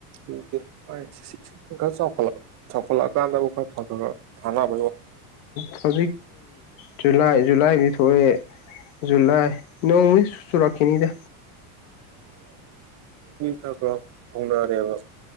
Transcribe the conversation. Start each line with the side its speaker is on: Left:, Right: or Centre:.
Right: ꯍ ꯈꯔ ꯆꯥꯎꯈꯠ ꯆꯥꯎꯈꯠꯂꯛꯑꯀꯥꯟꯗꯕꯨ ꯈꯔ ꯊꯥꯅꯕ
Left: ꯇ ꯖꯨꯟ ꯂꯥꯏ ꯖꯨꯂꯥꯏ ꯃꯤ ꯊꯑꯦ ꯖꯨꯂꯥꯏ ꯅꯣꯡ ꯁ ꯆꯨꯔꯥꯈꯤꯅꯤꯗ
Right: ꯈ ꯈ ꯈꯣꯡꯗ ꯑꯔꯦꯕ